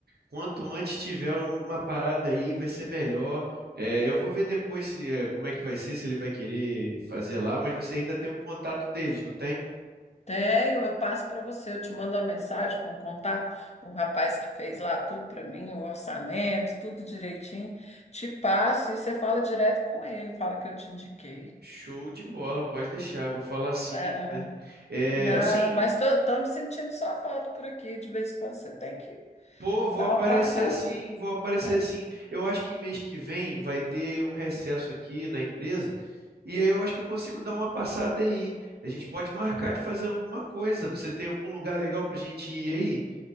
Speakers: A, on the right; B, on the left.
A: Quanto antes tiver uma parada aí, vai ser melhor. É, eu vou ver depois se, é, como é que vai ser, se ele vai querer fazer lá, mas você ainda tem o contato deles, não tem?
B: Tenho, eu passo para você, eu te mando uma mensagem com o contato o rapaz que fez lá tudo para mim, o orçamento, tudo direitinho. Te passo e você fala direto com ele, fala que eu te indiquei.
A: Show de bola, pode deixar. eu Vou falar sim,
B: É,
A: né? É,
B: não,
A: assim,
B: mas tô, tô me sentindo só falta por aqui, de vez em quando você tem que
A: pô, vou
B: dar
A: aparecer
B: uma passada.
A: sim, vou aparecer
B: É.
A: sim. Eu acho que mês que vem vai ter um recesso aqui na empresa. E aí eu acho que eu consigo dar uma passada aí. A gente pode marcar de fazer alguma coisa. Você tem algum lugar legal pra gente ir aí?